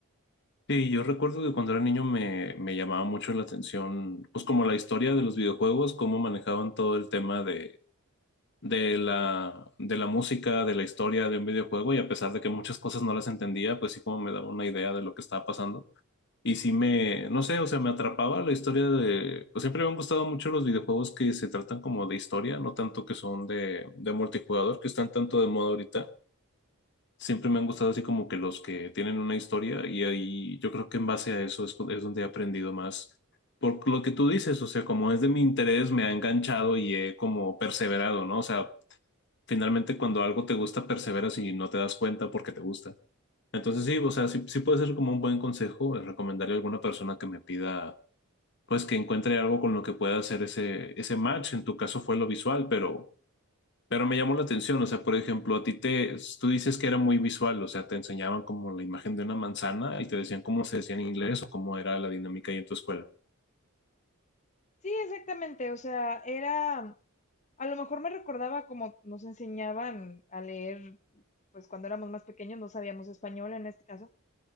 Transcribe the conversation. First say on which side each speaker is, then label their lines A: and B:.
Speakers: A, on the left (about 50°); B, on the left (about 30°).
A: Sí, yo recuerdo que cuando era niño me, me llamaba mucho la atención, pues como la historia de los videojuegos, cómo manejaban todo el tema de de la, de la música, de la historia de un videojuego y a pesar de que muchas cosas no las entendía, pues sí como me daba una idea de lo que estaba pasando. Y sí me, no sé, o sea, me atrapaba la historia de, pues siempre me han gustado mucho los videojuegos que se tratan como de historia, no tanto que son de, de multijugador, que están tanto de moda ahorita. Siempre me han gustado así como que los que tienen una historia y ahí yo creo que en base a eso es, es donde he aprendido más. Por lo que tú dices, o sea, como es de mi interés, me ha enganchado y he como perseverado, ¿no? O sea, finalmente cuando algo te gusta, perseveras y no te das cuenta porque te gusta. Entonces sí, o sea, sí, sí puede ser como un buen consejo el recomendarle a alguna persona que me pida, pues que encuentre algo con lo que pueda hacer ese, ese match. En tu caso fue lo visual, pero, pero me llamó la atención. O sea, por ejemplo, a ti te, tú dices que era muy visual, o sea, te enseñaban como la imagen de una manzana y te decían cómo se decía en inglés o cómo era la dinámica ahí en tu escuela.
B: Sí, exactamente, o sea, era, a lo mejor me recordaba como nos enseñaban a leer, pues cuando éramos más pequeños no sabíamos español en este caso